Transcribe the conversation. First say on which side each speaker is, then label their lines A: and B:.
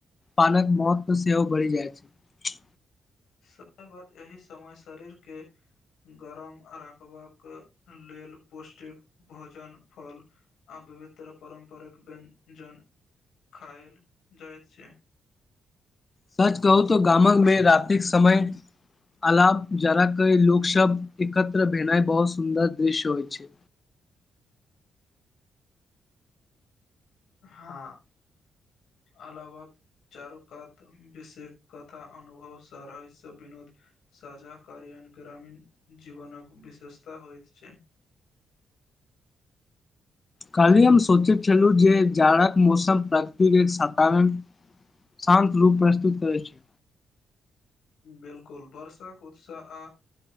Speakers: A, on the left; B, on the left.
A: पानक महत्व सेहो बढ़ि जाइत छै।
B: सही बात, एहि समय शरीरके गरम रखबाक लेल पौष्टिक भोजन फल आ विविधतर पारम्परिक व्यञ्जन खायल जाइत छै।
A: सच कहू त गामक में रतिक समय अलाप जरा के लोक शब्द एकत्र भेनाइ बहुत सुन्दर दृश्य होइ छै।
B: हँ अलावत चारुकात विषेष कथा अनुभव स रहस्य विनोद साझा कारियन ग्रामीण जीवनकक विशेषता होइ छै।
A: कालियम सोचित छलू जे जाड़क मौसम प्राकृतिक एक साधारण शांत रूप प्रस्तुत करै छै।
B: बिल्कुल, बर्षाक उत्साह आ